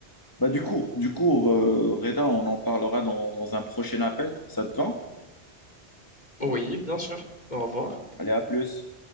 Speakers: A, on the left; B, on the left.
A: Bah, du coup, du coup, euh, Reda, on en parlera dans, dans un prochain appel. Ça te va?
B: Oui, bien sûr. Au revoir.
A: Allez, à plus.